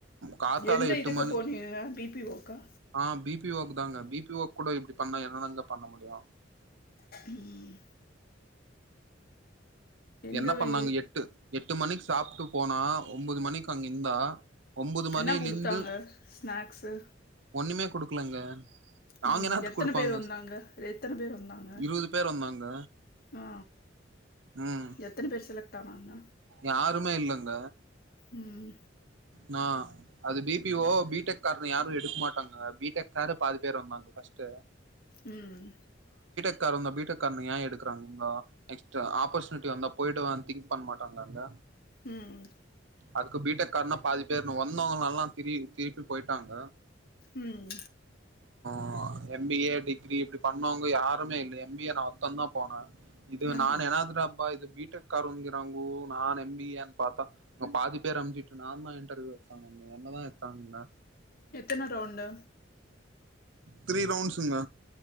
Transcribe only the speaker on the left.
எந்த
இதுக்கு
போனீங்க பி பி ஓ க்கா
ம் எங்க
வீ
என்ன குடுத்தாங்க ஸ்நாக்ஸு
ம்
எத்தன
பேர் வந்தாங்க எத்தன பேர் வந்தாங்க
ஆ
எத் எத்தன பேர் செலக்ட் ஆணாங்க
ம்
ம்
ம்
ம்
ஆ
எத்தன ரவுண்டு